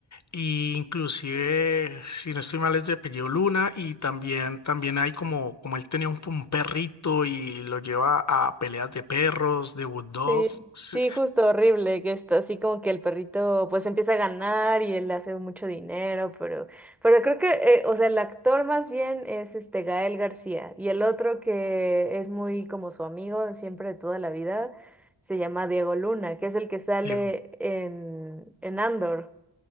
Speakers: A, on the left (about 40°); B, in the centre.
A: Y inclusive, si no estoy mal, es de apellido Luna y también, también hay como, como él tenía un, un perrito y lo lleva a peleas de perros, de Wood Dogs.
B: Sí,
A: sí,
B: sí, justo horrible, que está así como que el perrito pues empieza a ganar y él hace mucho dinero, pero, pero creo que, eh, o sea, el actor más bien es este Gael García y el otro que es muy como su amigo de siempre de toda la vida se llama Diego Luna, que es el que sale
A: Diego.
B: en, en Andor.